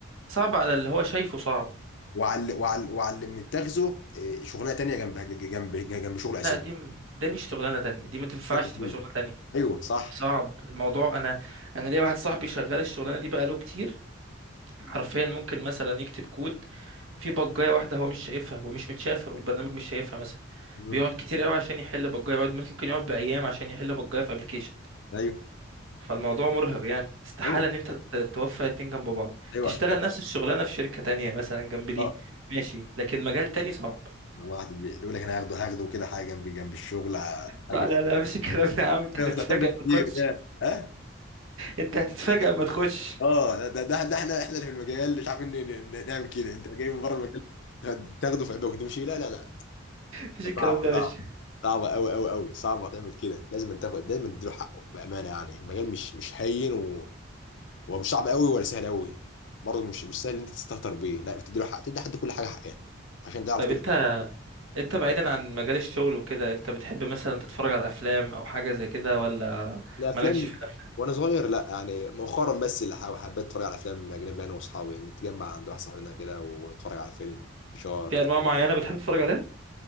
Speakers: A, on the right; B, on the left.
A: صعب على اللي هو شايفه صعب
B: وعلى وعلى وعلى اللي متاخذه إيه، شغلانه تانية جنب جنب جنب شغل اساسي
A: لا دي م- ده مش شغلانة تانية دي ما تنفعش
B: وقت كتير.
A: تبقى شغلانة تانية
B: ايوه صح
A: دي صعب الموضوع انا انا ليا واحد صاحبي شغال الشغلانة دي بقاله كتير حرفيا ممكن مثلا يكتب كود في بجاية واحدة هو مش شايفها ومش متشافة والبرنامج مش شايفها مثلا
B: مم.
A: بيقعد كتير قوي عشان يحل بجاية بيقعد ممكن يقعد بأيام عشان يحل بجاية في ابلكيشن
B: ايوه
A: فالموضوع مرهق يعني استحالة
B: ايوه
A: ان انت ت- توفق اتنين جنب بعض
B: ايوه
A: تشتغل
B: عشان كده
A: نفس الشغلانة في شركة تانية مثلا جنب دي
B: اه
A: ماشي لكن مجال تاني صعب
B: واحد بي- بيقول لك انا هاخده هاخده كده حاجه جنب جنب الشغل ع- حاجه
A: لا لا
B: كتير
A: لا مفيش الكلام ده يا عم انت
B: انا
A: هتتفاجئ
B: مش محتاج ناس
A: ما
B: كتير
A: تخش
B: يا اه
A: انت هتتفاجئ ما تخش
B: اه ده ده ده ده احنا احنا اللي في المجال مش عارفين ن- ن- نعمل كده انت جاي من بره المجال تاخده في عبء وتمشي لا لا لا
A: مفيش الكلام
B: صعبة
A: ده يا
B: صعبة
A: باشا
B: صعبة أوي أوي أوي صعبة تعمل كده لازم تاخد لازم تديله حقه بأمانة يعني المجال مش مش هين و... هو مش صعب أوي ولا سهل أوي برضه مش مش سهل إن أنت تستهتر بيه لا بتديله حق تدي حد كل حاجة حقها عشان تعرف
A: طيب
B: تخرج
A: انت انت بعيدا عن مجال الشغل وكده انت بتحب مثلا تتفرج على افلام او حاجه زي كده ولا
B: الأفلام
A: مالكش في الافلام
B: وأنا صغير لا يعني مؤخرا بس اللي حا- حبيت أتفرج على أفلام أجنبي أنا وأصحابي نتجمع عند واحد صاحبنا كده ونتفرج على فيلم فشار
A: في انواع معينه بتحب تتفرج عليها